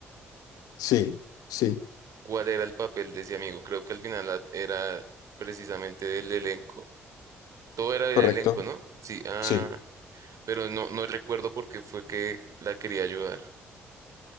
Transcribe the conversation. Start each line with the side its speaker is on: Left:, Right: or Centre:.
Left: Sí, sí,
Right: ¿Cuál era el papel de ese amigo? Creo que al final a- era precisamente del elenco. Todo era del
Left: correcto,
Right: elenco, ¿no? Sí, ah.
Left: sí.
Right: pero no, no recuerdo por qué fue que la quería ayudar.